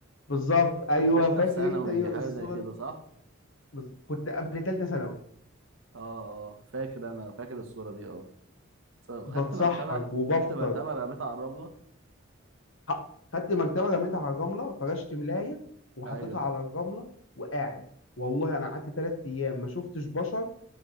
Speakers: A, on the left (about 70°); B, on the right (about 70°).
A: بالظبط ايوه
B: كنت انت
A: فاكر
B: في ثانوي
A: انت
B: حاجة
A: الصوره
B: زي كده
A: دي؟
B: صح
A: بز- كنت قبل ثالثه ثانوي
B: اه اه فاكر انا فاكر الصورة دي اه س- خدت
A: بتسحر
B: مرتبة
A: وبفطر
B: خدت مرتبة رميتها على الرملة
A: ح- خدت مرتبه رميتها على الرمله فرشت ملايه وحطيتها
B: ايوه
A: على الرمله وقاعد والله انا قعدت ثلاث ايام ما شفتش بشر